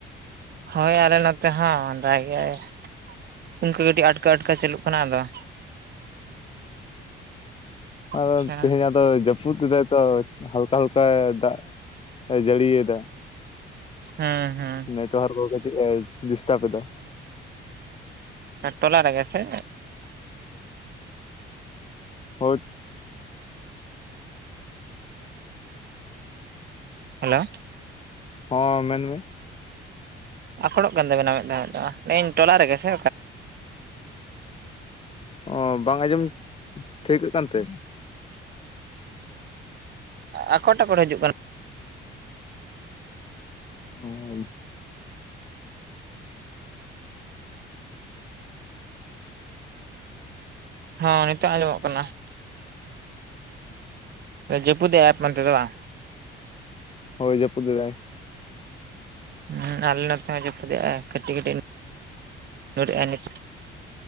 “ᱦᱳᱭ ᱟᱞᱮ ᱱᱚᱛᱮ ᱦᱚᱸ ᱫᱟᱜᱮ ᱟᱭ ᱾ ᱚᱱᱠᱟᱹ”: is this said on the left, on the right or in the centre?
Right